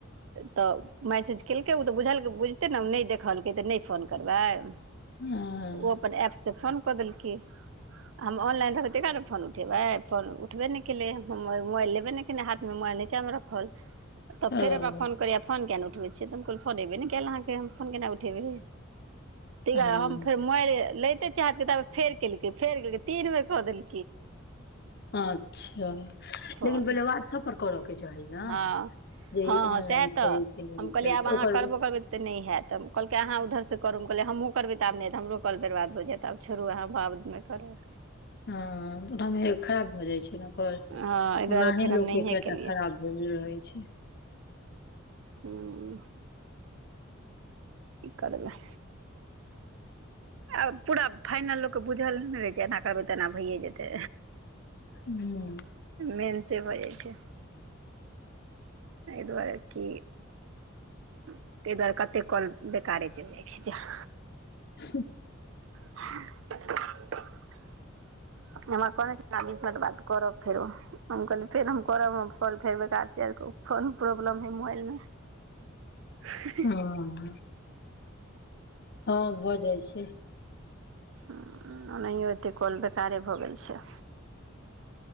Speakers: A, on the right; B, on the left.
A: तऽ मैसेज केलकै उ तऽ बुझलकै बुझतै न हम नै देखलकै तऽ नै फोन करबै। ओ
B: हँ
A: अपन एप स फोन कऽ देलकै। हम ऑनलाइन रहबै तखेन न फोन उठेबै फोन उठबे नै केलै मो-मो मोबाइल। नै केने हाथ में मोबाइल नीचा में रखल तऽ
B: हँ
A: फेर हमरा फोन करैया फोन किया नै उठबै। छियै तऽ हमल कहलियै फोन एबे नै कैल अहाँके हम फोन केना उठेबै। तय के
B: हँ
A: बाद हम फेर मोबाइल लैते चाहते कि ताबे फेर केलकै फेर केलकै तीन बेर कऽ देल।
B: अच्छा
A: फोन
B: लेकिन पहिले वाट्सप पर करऽ के चाही। ने
A: हँ
B: जे
A: हँ
B: ई ऑनलाइन
A: सएह
B: छै
A: तऽ
B: कि नहि
A: हम कहलियै
B: छै
A: आब
B: तऽ
A: अहाँ
B: ओकर
A: करबो करबै। तऽ नहि हैत कहलकै अहाँ उधरसँ करू कहलियै हमहुँ करबै त आब नहि आैतत हमरो क बर्बाद भऽयत आब छोड़ू हम आब नहि करब।
B: हँ ओनामे खराब भऽ जाइ छै ओ
A: हँ एहि दुआरे
B: ओनाहे
A: फेर हम
B: लोक
A: नहिए
B: के केटा
A: केलियै
B: खराब भेल रहै छै।
A: हूं। की करबै आ पूरा फाइनल लोकके बुझल ने रहै छै, एना करबै तऽ एना भैए जेतै।
B: <inaudible>
A: मेन से भऽ जाइ छै। अइ दुआरे कि ताहि दुआरे कतेक कल बेकारे चलि जाइ छै। जह
B: <inaudible>
A: <inaudible> एमे कहने छले बीस मिनट बाद करब फेरो। हम कहली फेर हम करब हम कल फेर बेकार च <unintelligible> कोन प्रॉब्लम है मोबाइल मे। हीं-हीं
B: हँ <inaudible> हँ भऽ जाइ छै।
A: ओनाहियो एतेक कॉल बेकारे भऽ गेल छै।